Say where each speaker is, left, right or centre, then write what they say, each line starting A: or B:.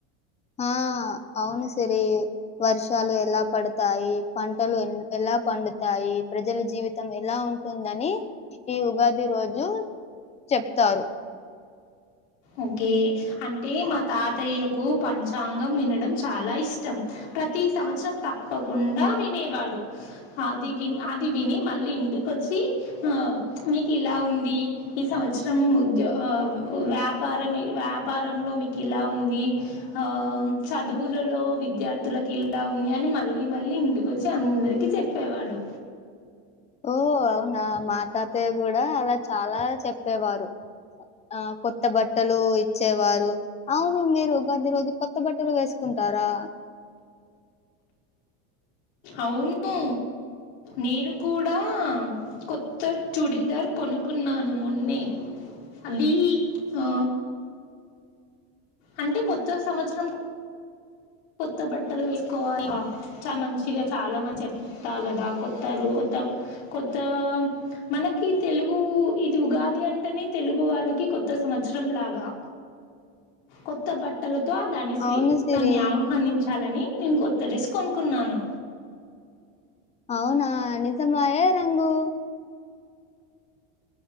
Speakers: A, on the left; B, on the left.
A: ఆ అవును సిరి వర్షాలు ఎలా పడతాయి పం టలు ఎలా పండుతాయి ప్ర జల జీవితం ఎలా ఉంటుందని ఈ ఉగాది రోజు చెప్తారు.
B: ఓకే అంటే మా తాతయ్యకు పంచాంగం వినడం చాలా ఇష్టం. ప్రతి సంవత్సరం తప్పకుండా వినేవాడు అది ది అది విని మళ్ళీ ఇంటికొచ్చి ఆ మీకు ఇలా ఉంది. ఈ సంవత్సరం ఉద్య వ్యా పారం వ్యాపారంలో మీకు ఇలా ఉంది పారం వ్యాపారం లో మీకు ఇలా ఉంది చదువులలో విద్యార్థులలకు ఇలా ఉంది. అని మళ్ళీ మళ్ళీ ఇంటికి వచ్చి అందరికీ చెప్పేవాడు.
A: ఓ అవునా మా తాతయ్య కూడా అలా చాలా చెప్పేవారు, ఆ కొత్త బట్టలు ఇచ్చేవారు. అవును మీరు ఉగాది రోజు కొత్త బట్టలు వేసుకుంటారా.
B: అవును నేను కూడా కొత్త చూడిదార్ కొనుకున్నాను మొన్నే అది ఆ అంటే కొత్త సంవత్సరం కొత్త బట్టలు వేసుకోవాల చ మంచిగా చాలా మంది చెప్తారు కదా, కొత్త రు కొత్త కొత్త మనకి తెలుగు ఇది ఉగాది అంటేనే తెలుగు వాళ్ళకి కొత్త సంవత్సరం లాగా కొత్త బట్టలు, తో ఆ దాన్ని స్వి
A: అవును సిరి
B: దాన్ని ఆహ్ చాలని నేను కొత్త డ్రెస్ కొనుకున్నాను
A: అవునా నిజమా ఏ రంగు